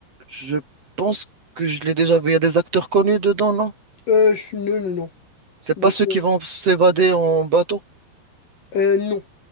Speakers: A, on the right (about 35°); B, on the left (about 50°).
A: Je pense que je l'ai déjà vu. Il y a des acteurs connus dedans, non?
B: Euh, je- non, non, non.
A: C'est
B: Non,
A: pas ceux qui
B: euh,
A: vont s'évader en bateau.
B: euh, non.